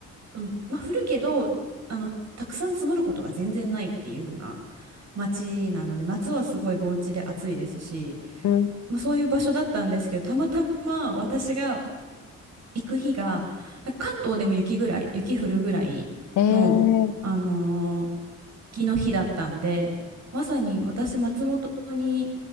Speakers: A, on the right (about 60°); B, on the left (about 75°).
A: あの、まあ、降るけど、あの、たくさん積もることが全然ないっていう風な街なので、夏はすごい盆地で暑いですし、
B: うん
A: まあ、そういう場所だったんですけど、たまたま私が行く日が、なんか関東でも雪ぐらい、雪降るぐらいの、
B: ええ
A: あのー雪の日だったんで、まさに私、松本に